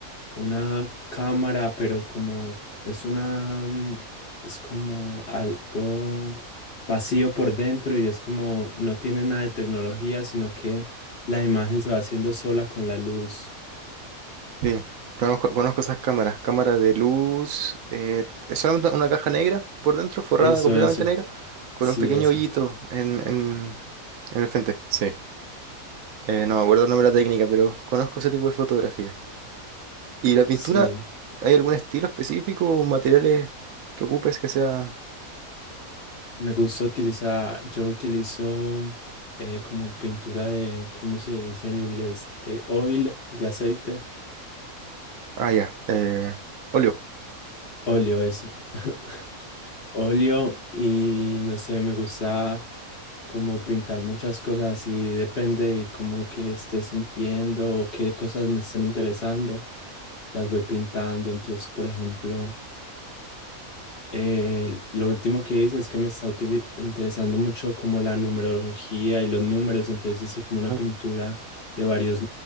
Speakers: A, on the left; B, on the right.
A: una cámara, pero como es una, mm, es como algo vacío por dentro y es como no tiene nada de tecnología, sino que la imagen se va haciendo sola con la luz.
B: Sí, conozco, conozco esas cámaras, cámaras de luz, eh, es solamente una caja negra por dentro, forrada
A: Eso,
B: completamente
A: eso,
B: negra, con
A: sí,
B: un pequeño
A: esa,
B: hoyito en, en, en el frente. Sí, Eh, no me acuerdo el nombre de la técnica, pero conozco ese tipo de fotografía. ¿Y la pintura,
A: sí.
B: hay algún estilo específico o materiales que ocupes que sea...
A: Me gusta utilizar, yo utilizo eh, como pintura de, ¿cómo se dice en inglés? De oil, de aceite,
B: Ah, ya, eh, óleo.
A: óleo, eso. <laughs> Óleo y no sé, me gusta como pintar muchas cosas y depende de cómo que esté sintiendo o qué cosas me estén interesando, las voy pintando. Entonces, por ejemplo, eh, lo último que hice es que me está utili- interesando mucho como la numerología y los números, entonces hice como una
B: Ah,
A: pintura de varios